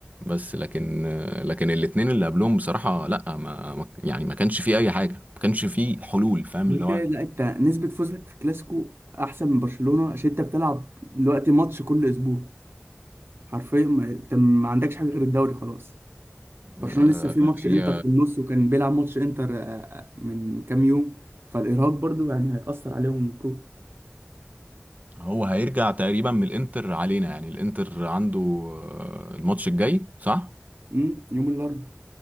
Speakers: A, on the right; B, on the right.
A: بس لكن لكن الاتنين اللي قبلهم بصراحة لا ما ما- يعني ما كانش فيه اي حاجة ما كانش فيه حلول فاهم
B: غير
A: اللي هو
B: كده لا انت نسبة فوزك في الكلاسيكو احسن من برشلونة عشان انت بتلعب دلوقتي ماتش كل اسبوع حرفيا ما- انت ما عندكش حاجة غير الدوري خلاص برشلونة
A: آه،
B: لسه في ماتش
A: هي
B: انتر في النص وكان بيلعب ماتش انتر آه، آه، من كام يوم فالارهاق برضو يعني هيأثر عليهم المفروض
A: هو هيرجع تقريبا من الانتر علينا يعني الانتر عنده آه، الماتش الجاي صح
B: امم يوم الاربعاء